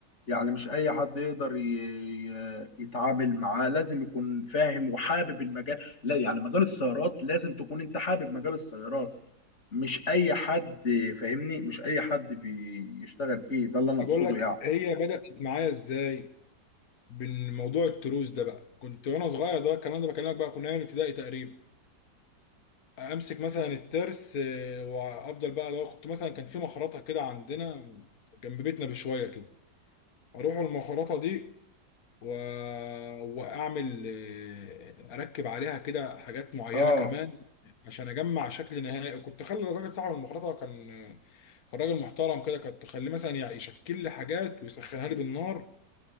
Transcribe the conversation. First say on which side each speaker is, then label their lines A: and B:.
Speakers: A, on the left; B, on the left.
A: يعني مش اي حد يقدر ي- ي- يتعامل معاه لازم يكون فاهم وحابب المجال لا يعني مجال السيارات لازم تكون انت حابب مجال السيارات مش اي حد فاهمني مش اي حد بيشتغل فيه ده اللي انا
B: انا
A: اقصده
B: بقول لك
A: يعني
B: هي بدأت معايا ازاي بين موضوع التروس ده بقى كنت وانا صغير ده الكلام ده بكلمك بقى كنا ايام الابتدائي تقريبا امسك مثلا الترس آه، وافضل بقى لو كنت مثلا كان في مخرطه كده عندنا جنب بيتنا بشويه كده اروح المخرطه دي و... واعمل آه، اركب عليها كده حاجات معينه
A: اه
B: كمان عشان اجمع شكل نهائي كنت اخلي الراجل صاحب المخرطه كان كان راجل محترم كده كنت اخليه مثلا يعني يشكل لي حاجات ويسخنها لي بالنار